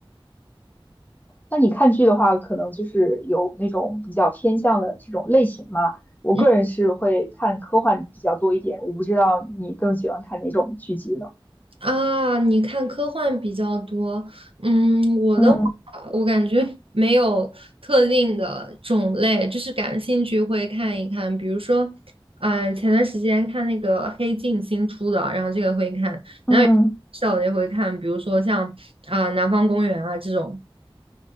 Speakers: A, on the left; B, on the right.
A: 那你看剧的话，可能就是有那种比较偏向的这种类型嘛。我个人是会看科幻比较多一点，
B: 嗯。
A: 我不知道你更喜欢看哪种剧集呢？
B: 啊，你看科幻比较多，嗯，我的话，
A: 嗯
B: 我感觉 <laughs> 没有特定的种类，就是感兴趣会看一看。比如说，嗯、前段时间看那个《黑镜》新出的，然后这个会看，
A: 嗯。
B: 然后笑的也会看，比如说像啊、南方公园》啊这种。